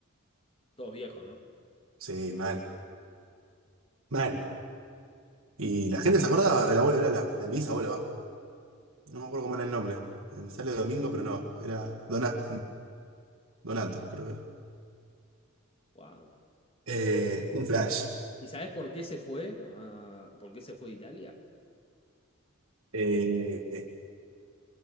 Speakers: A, on the left (about 25°); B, on the right (about 85°).
A: Todos viejos, ¿no?
B: Sí, mal, mal. Y la gente se acordaba del abuelo de Lala, del bisabuelo, va. No me acuerdo cómo era el nombre. Eh, me sale Domingo, pero no. Era Dona- Donato, creo que era.
A: Wow.
B: Eh, un flash.
A: ¿Y sabés por qué se fue? Ah, ¿por qué se fue de Italia?
B: Eh, eh,